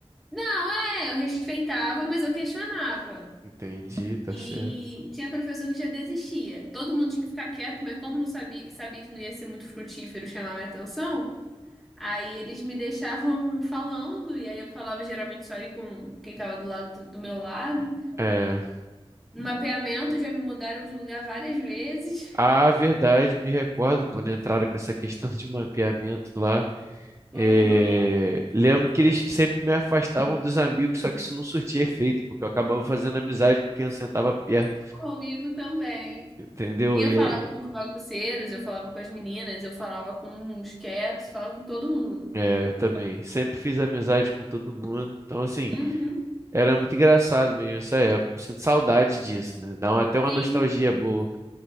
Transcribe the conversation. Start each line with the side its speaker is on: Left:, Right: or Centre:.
Centre: não, é, eu respeitava, mas eu questionava.
Right: Entendi, tá
Centre: E
Right: certo.
Centre: tinha professor que já desistia. Todo mundo tinha que ficar quieto, mas como não sabia, sabia que não ia ser muito frutífero chamar minha atenção, aí eles me deixavam falando, e aí eu falava geralmente só aí com quem tava do lado do meu lado.
Right: É,
Centre: No mapeamento já me mudaram de lugar várias vezes.
Right: a verdade, me recordo quando entraram com essa questão de mapeamento lá. é,
Centre: Aham,
Right: lembro que eles sempre me afastavam dos amigos, só que isso não surtia efeito, porque eu acabava fazendo amizade com quem eu sentava perto.
Centre: Comigo também.
Right: Entendeu?
Centre: E eu
Right: E
Centre: falava
Right: aí?
Centre: com os bagunceiros, eu falava com as meninas, eu falava com os quietos, falava com todo mundo.
Right: É, eu também. Sempre fiz amizade com todo mundo. Então, assim,
Centre: Uhum.
Right: era muito engraçado mesmo essa época. Eu sinto saudade disso, né? Dá uma- até uma
Centre: Sim,
Right: nostalgia boa.